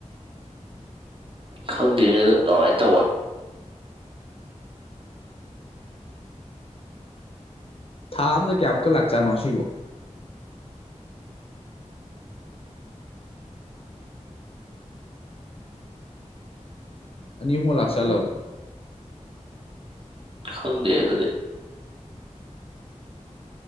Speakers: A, on the right; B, on the left.
A: ꯈꯪꯗꯦꯅꯦ ꯑꯗꯨ ꯀꯃꯥꯏꯅ ꯇꯧꯕꯅꯣ꯫
B: ꯊꯥ ꯑꯃꯗ ꯀꯌꯥꯃꯨꯛꯀ ꯂꯥꯛꯆꯥꯅꯣ ꯁꯤꯕꯣ꯫ ꯑꯅꯤ ꯑꯍꯨꯝꯒ ꯂꯥꯛ ꯆꯥꯠꯂꯕ꯫
A: ꯈꯪꯗꯦ ꯑꯗꯨꯗꯤ꯫